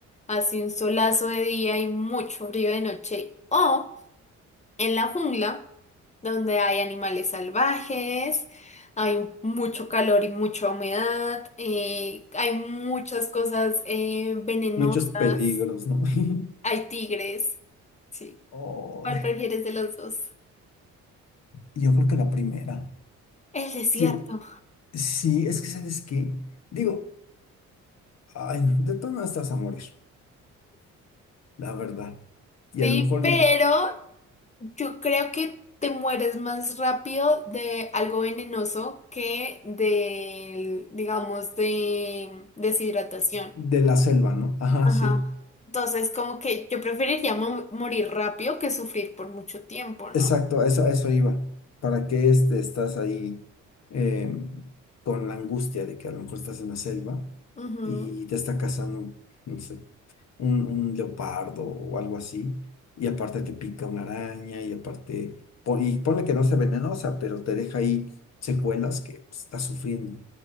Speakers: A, on the left (about 25°); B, on the left (about 60°).
A: hace un solazo de día y mucho frío de noche. ¿O en la jungla, donde hay animales salvajes, hay mucho calor y mucha humedad, eh, hay muchas cosas eh, venenosas,
B: Muchos peligros, ¿no? <laughs>
A: hay tigres? Sí.
B: Oh,
A: ¿Cuál prefieres de los dos?
B: yo creo que la primera.
A: El desierto.
B: Sí, sí, es que, ¿sabes que Digo, Ay, no, de todo estás a morir, la verdad. Y
A: Sí,
B: a lo mejor
A: pero Yo creo que te mueres más rápido de algo venenoso que de, digamos, de deshidratación.
B: de la selva, ¿no? Ajá,
A: Ajá.
B: sí.
A: Entonces, como que yo preferiría mo- morir rápido que sufrir por mucho tiempo, ¿no?
B: Exacto, a eso, a eso iba. ¿Para qué este, estás ahí eh, con la angustia de que a lo mejor estás en la selva
A: Ujú.
B: y te está cazando, no sé, un, un leopardo o algo así, y aparte te pica una araña, y aparte, po- y ponle que no sea venenosa, pero te deja ahí secuelas que pues, estás sufriendo,